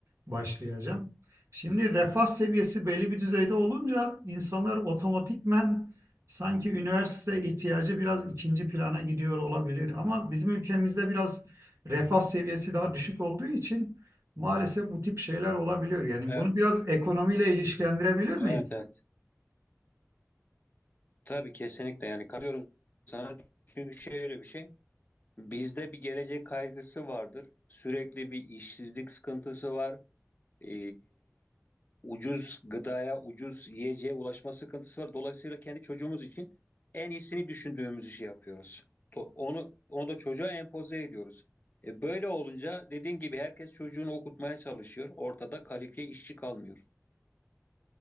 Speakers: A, on the right; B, on the left.
A: başlayacağım. Şimdi refah seviyesi belli bir düzeyde olunca insanlar otomatikmen sanki üniversite ihtiyacı biraz ikinci plana gidiyor olabilir. Ama bizim ülkemizde biraz refah seviyesi daha düşük olduğu için maalesef bu tip şeyler olabiliyor. Yani
B: Evet,
A: bunu biraz ekonomiyle ilişkilendirebilir
B: evet,
A: miyiz?
B: evet. Tabii kesinlikle yani katılıyorum sana. Çünkü şöyle bir şey, bizde bir gelecek kaygısı vardır. Sürekli bir işsizlik sıkıntısı var. e, ucuz gıdaya, ucuz yiyeceğe ulaşma sıkıntısı var. Dolayısıyla kendi çocuğumuz için en iyisini düşündüğümüz işi yapıyoruz. To- Onu, onu da çocuğa empoze ediyoruz. E, böyle olunca dediğin gibi herkes çocuğunu okutmaya çalışıyor. Ortada kalifiye işçi kalmıyor.